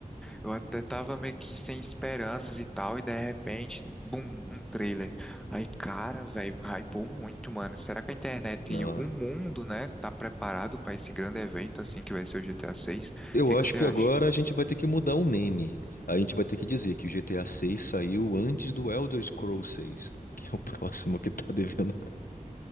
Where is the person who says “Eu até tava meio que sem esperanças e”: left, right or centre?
Centre